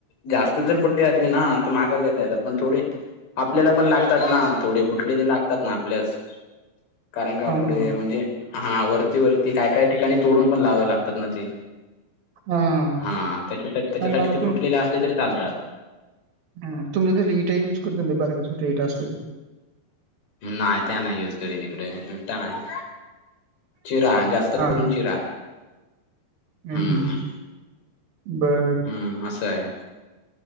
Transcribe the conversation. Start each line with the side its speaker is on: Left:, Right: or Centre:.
Left: जास्त जर फ पुट्टे असले ना तर मागास घेता येतात पण थोडे आपल्याला पण लागतात ना थोडे फुटलेले लागतात ना आपल्यास कारण का
Right: हां,
Left: पुढे
Right: हां.
Left: म्हणजे हा वरती वरती काय काय ठिकाणी तोडून पण लावावे लागत ते
Right: हां, हां.
Left: हा त्याच्या त्याच्यासाठी
Right: आणि आता
Left: ते फुटलेले असले तरी चालतात
Right: हा तुमही त्याले इटा युज करत ते ब ोटं इटं असतो
Left: नाही त्या नाही युज करी तिकडेटता नाही चिरा जास्त
Right: हां,
Left: करून
Right: हां.
Left: चिरा आहे
Right: हं,
Left: हम्म
Right: हं. बरं.
Left: हम्म असं आहे